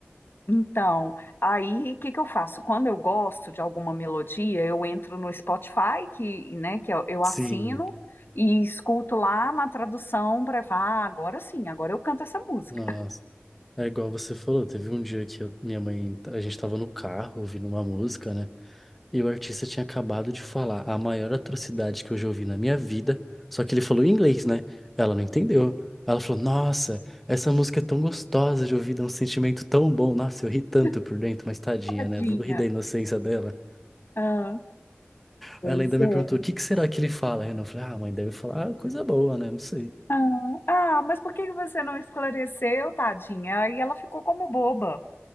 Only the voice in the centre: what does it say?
Sim,
nossa. É igual você falou, teve um dia que eu- minha mãe, a gente tava no carro ouvindo uma música, né? E o artista tinha acabado de falar a maior atrocidade que eu já ouvi na minha vida, só que ele falou em inglês, né? Ela não entendeu. Ela falou: Nossa, essa música é tão gostosa de ouvir, dá um sentimento tão bom. Nossa, eu ri tanto
por dentro, mas tadinha,
né? Vou rir da inocência dela.
Ela ainda me
perguntou: O que que será que ele fala? Renan?" Eu falei: Ah, mãe, deve falar coisa boa, né? Não sei.